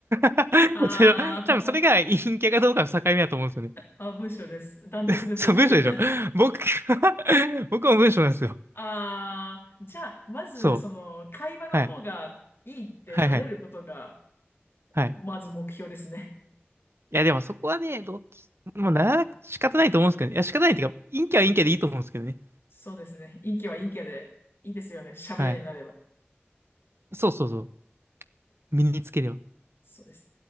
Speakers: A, on the right (about 70°); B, on the left (about 65°).
A: <laughs>
B: あー
A: それ多分それが陰キャかどうかの境目だと思うんですよね。
B: あ、文章です。ダントツで文章で
A: <laughs> そう、文章でしょ僕、
B: <laughs>
A: <laughs> 僕も文章なんですよ。
B: ああ、じゃあ、まず、
A: そう。
B: その、会話の方がいいってなれることが、
A: はい。はいはい。はい。
B: まず目標ですね。
A: いや、でもそこはね、どっち、もうなら、仕方ないと思うんですけどね。いや、仕方ないっていうか、陰キャは陰キャでいいと思うんですけどね。
B: そうですね。陰キャは陰キャで、いいですよね。喋れるようになれば。
A: はい。そうそうそう。身につければ。
B: そうです。